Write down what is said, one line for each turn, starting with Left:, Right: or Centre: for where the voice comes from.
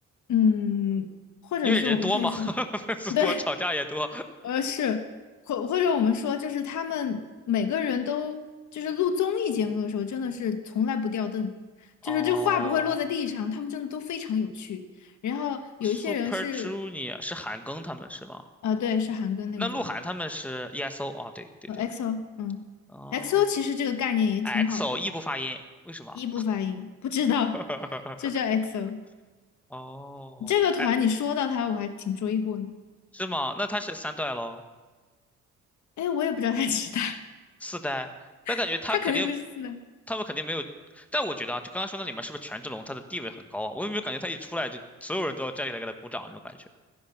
Left: 嗯，或者是我们可以说，
Centre: 因为人多嘛，<laughs> 粉丝多，
Left: <laughs> 对。
Centre: 吵架也多。
Left: 呃，是，或或者我们说，就是他们每个人都，就是录综艺节目的时候，真的是从来不掉凳，
Centre: 哦
Left: 就是这话不会落在地上，他们真的都非常有趣。然后有一些人是，
Centre: ，Super Junior 是韩庚他们是吗？
Left: 呃，对，是韩庚那个组合，
Centre: 那鹿晗他们是 EXO 哦，对对对，
Left: 呃 x o 嗯
Centre: 哦
Left: x o 其实这个概念也挺好的，
Centre: ，E x o 异不发音，为什么？
Left: 一不发音，不知道，
Centre: <laughs>
Left: 就叫 x o
Centre: 哦，
Left: 这个团你说到他，
Centre: 哎，
Left: 我还挺追过呢，
Centre: 是吗？那他是三代咯，
Left: 哎，我也不知道他几代，
Centre: 四代，但感觉他肯定，
Left: <laughs> 他肯定不是四代，
Centre: 他们肯定没有。但我觉得啊，就刚刚说那里面是不是权志龙他的地位很高啊？我有没有感觉他一出来就所有人都要站起来给他鼓掌那种感觉？